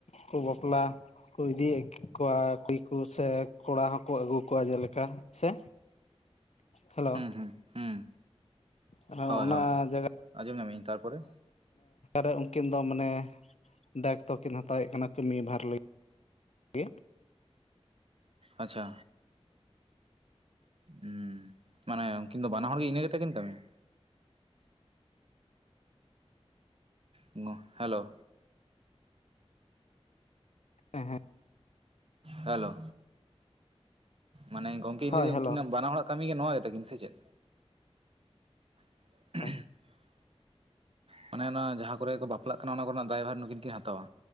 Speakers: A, on the left; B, on the right.
A: ᱠᱚ ᱵᱟᱯᱞᱟ ᱠᱚ ᱤᱫᱤᱭᱮᱫ ᱠᱚᱣᱟ ᱠᱩᱲᱤ ᱠᱚ ᱥᱮ ᱠᱚᱲᱟ ᱦᱚᱸᱠᱚ ᱟᱹᱜᱩ ᱠᱚᱣᱟ ᱡᱮᱞᱮᱠᱟ ᱥᱮ ᱦᱮᱞᱳ
B: ᱦᱩᱸ ᱦᱩᱸ ᱦᱩᱸ
A: ᱟᱨ
B: ᱦᱳᱭ
A: ᱚᱱᱟ
B: ᱦᱳᱭ
A: ᱡᱟᱭᱜᱟ
B: ᱟᱸᱡᱚᱢ ᱧᱟᱢᱤᱧ ᱛᱟᱨᱯᱚᱨᱮ
A: ᱨᱮ <unintelligible> ᱩᱱᱠᱤᱱ ᱫᱚ ᱢᱟᱱᱮ ᱫᱟᱭᱤᱛᱛᱚ ᱠᱤᱱ ᱦᱟᱛᱟᱣᱮᱫ ᱠᱟᱱᱟ ᱠᱟᱹᱢᱤ ᱵᱷᱟᱨ ᱞᱟᱹᱜᱤᱫ ᱜᱮ
B: ᱟᱪᱪᱷᱟ ᱦᱮᱸ ᱢᱟᱱᱮ ᱩᱱᱠᱤᱱ ᱫᱚ ᱵᱟᱱᱟ ᱦᱚᱲ ᱜᱮ ᱤᱱᱟᱹ ᱜᱮᱛᱟ ᱠᱤᱱ ᱠᱟᱹᱢᱤ <inaudible> ᱱᱳ ᱦᱮᱞᱳ
A: ᱩ ᱦᱩᱜ
B: ᱦᱮᱞᱳ ᱢᱟᱱᱮ ᱜᱚᱝᱠᱮᱧ
A: ᱦᱳᱭ
B: ᱞᱟᱹᱭᱫᱟ
A: ᱦᱮᱞᱳ
B: ᱩᱱᱠᱤᱱᱟᱜ ᱵᱟᱱᱟ ᱦᱚᱲᱟᱜ ᱠᱟᱹᱢᱤ ᱜᱮ ᱱᱚᱣᱟ ᱜᱮᱛᱟ ᱠᱤᱱ ᱥᱮ ᱪᱮᱫ <unintelligible>
A: ᱦᱳᱭ
B: ᱢᱟᱱᱮ ᱚᱱᱟ ᱡᱟᱦᱟᱸ ᱠᱚᱨᱮ ᱠᱚ ᱵᱟᱯᱞᱟᱜ ᱠᱟᱱᱟ ᱚᱱᱟ ᱠᱚᱨᱮᱱᱟᱜ ᱫᱟᱭᱵᱷᱟᱨ ᱱᱩᱠᱤᱱ ᱠᱤᱱ ᱦᱟᱛᱟᱣᱟ